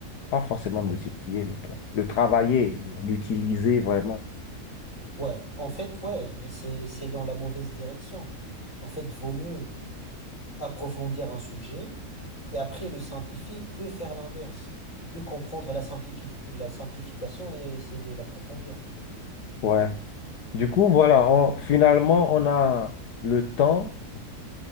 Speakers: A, on the left; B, on the left.
A: pas forcément multiplier, mais bon, le travailler, l'utiliser vraiment.
B: ouais. En fait, ouais, et c'est c'est dans la mauvaise direction. En fait, vaut mieux approfondir un sujet et après le simplifier que faire l'inverse, que comprendre la simplif- la simplification et essayer de l'approfondir.
A: Ouais. Du coup, voilà, on- finalement, on a le temps